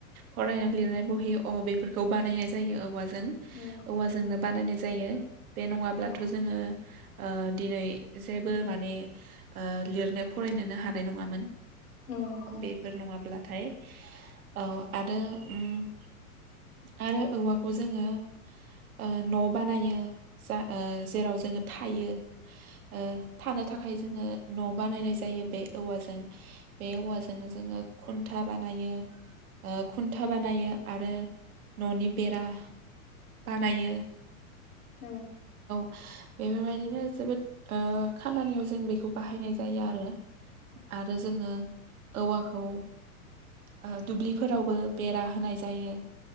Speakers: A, on the right; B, on the left.
A: फरायनाय लिरनाय बहि अ बेफोरखौ बाना नायनाय जायो औवाजों
B: औ
A: औवाजोंनो बानायनाय जायो बे नंङाब्लाथ'
B: औ
A: जोंङो। ओ दिनै जेबो माने ओ लिरनो फरायनोनो हानाय नंङामोन।
B: औ नंगौ
A: बेफोर नंङाब्लाथाय औ आरो उम आरो औवाखौ जोंङो ओ न' बानायो। जा ओ जेराव जोंङो थायो ओ थानो थाखाय जोंङो न' बानायनाय जायो बे औवाजों बे औवाजोंनो जोंङो खुन्था बानायो। ओ खुन्था बानायो आरो न'नि बेरा बानायो
B: औ
A: बेफोर बायदिनो जोबोद ओ खामानियाव जों बेखौ बाहायनाय जायो आरो। आरो जोंङो औवाखौ ओ दुब्लिफोरावबो बेरा होनाय जायो।